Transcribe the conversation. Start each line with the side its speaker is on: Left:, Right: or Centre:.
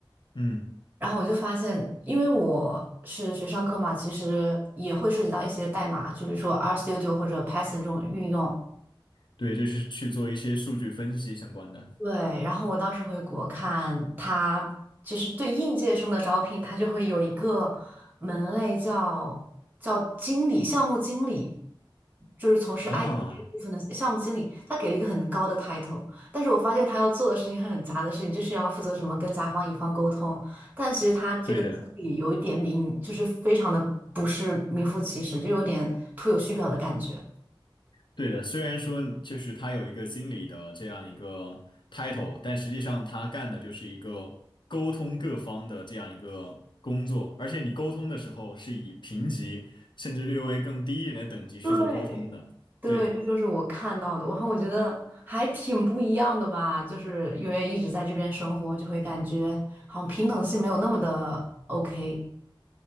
Left: 嗯，
Right: 然后我就发现，因为我是学商科嘛，其实也会涉及到一些代码，就比如说 RStudio 或者 Python 这种运用。
Left: 对，就是去做一些数据分析相关的
Right: 对，然后我当时回国看他，其实对应届生的招聘，他就会有一个门类叫叫经理、项目经理，就是从事 IT
Left: 啊，
Right: 部分的项目经理，他给了一个很高的 title，但是我发现他要做的事情很杂的事情，就是要负责什么跟甲方乙方沟通，但其实他这个经理有一点名，
Left: 对的。
Right: 就是非常的不是名副其实，就有点徒有虚表的感觉。
Left: 对的，虽然说就是他有一个经理的这样一个 title，但实际上他干的就是一个沟通各方的这样一个工作，而且你沟通的时候是以评级甚至略微更低一点的等级去做沟通的。
Right: 对，对，
Left: 对，
Right: 这就是我看到的，然后我觉得还挺不一样的吧，就是因为一直在这边生活，就会感觉好像平等性没有那么的 OK。